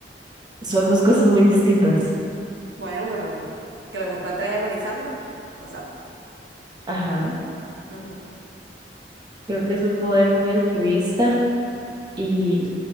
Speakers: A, on the right (about 25°); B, on the right (about 80°).
A: Son dos cosas muy distintas.
B: Bueno, pero que los encuentre ahí agonizando, los salva.
A: Ajá.
B: Ujú.
A: Creo que es un poder muy altruista y